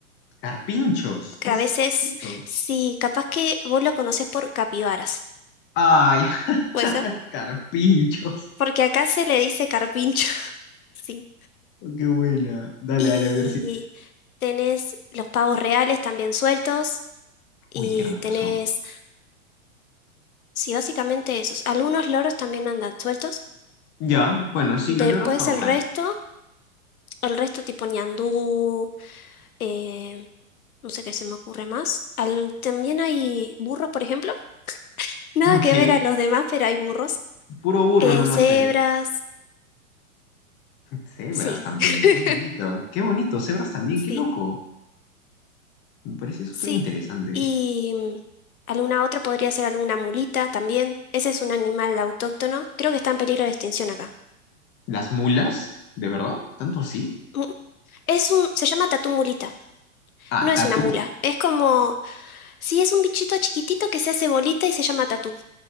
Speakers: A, on the left; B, on the left.
A: Carpinchos, ¿qué
B: que a
A: es
B: veces,
A: esto?
B: sí, capaz que vos lo conocés por capibaras.
A: Ay, <laughs>
B: ¿Puede ser?
A: carpinchos.
B: Porque acá se le dice carpincho, <laughs> sí.
A: Oh, Qué buena. Dale,
B: Y
A: dale, a ver si-
B: tenés los pavos reales también sueltos, y
A: Uy, qué hermoso.
B: tenés, sí, básicamente esos. Algunos loros también andan sueltos.
A: Ya, bueno, sí,
B: Después
A: los loros normal.
B: el resto, el resto tipo ñandú, eh, no sé qué se me ocurre más. Al- también hay burros, por ejemplo. Nada
A: Ok,
B: que ver a los demás, pero hay burros.
A: puro burro
B: Eh,
A: nomás
B: cebras,
A: ahí. Cebras
B: sí,
A: también,
B: <laughs>
A: qué bonito, qué bonito, cebras también,
B: sí,
A: qué loco. Me parece súper
B: sí.
A: interesante.
B: Y mm, alguna otra podría ser alguna mulita también. Ese es un animal autóctono. Creo que está en peligro de extinción acá.
A: ¿Las mulas? ¿De verdad? ¿Tanto así?
B: Mm, Es un, se llama tatú mulita.
A: Ah,
B: No es
A: tatu.
B: una mula. Es como Sí, es un bichito chiquitito que se hace bolita y se llama tatú.